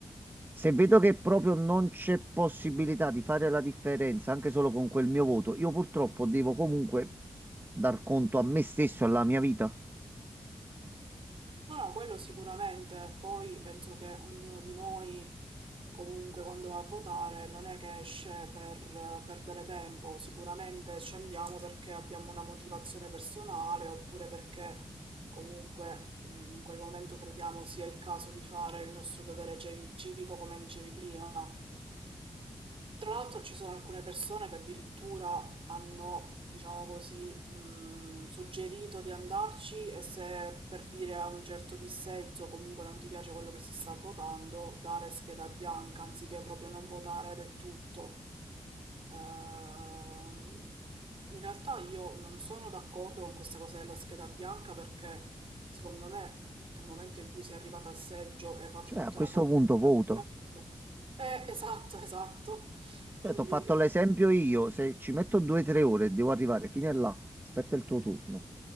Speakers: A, on the right (about 20°); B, on the right (about 70°).
A: se vedo che proprio non c'è possibilità di fare la differenza anche solo con quel mio voto, io purtroppo devo comunque dar conto a me stesso e alla mia vita.
B: No, no, quello sicuramente, poi penso che ognuno di noi comunque quando va a votare non è che esce per eh, perdere tempo, sicuramente scendiamo perché abbiamo una motivazione personale oppure perché comunque mh, in quel momento crediamo sia il caso di fare il nostro dovere cevi- civico come dicevi prima. Tra l'altro ci sono alcune persone che addirittura hanno, diciamo così, mh, suggerito di andarci e se per dire a un certo dissenso comunque non ti piace quello che si sta votando, dare scheda bianca anziché proprio non votare del tutto. Ehm, in realtà io non sono d'accordo con questa cosa della scheda bianca perché secondo me nel momento in cui sei arrivato al seggio e hai fatto
A: Cioè,
B: tutta
A: a questo
B: la fatica
A: punto
B: di farti
A: voto.
B: la fila, eh, esatto, <laughs> esatto. Quindi,
A: Cioè, ti ho fatto
B: eh,
A: l'esempio io, se ci metto due o tre ore e devo arrivare fino a là, aspetta il tuo turno.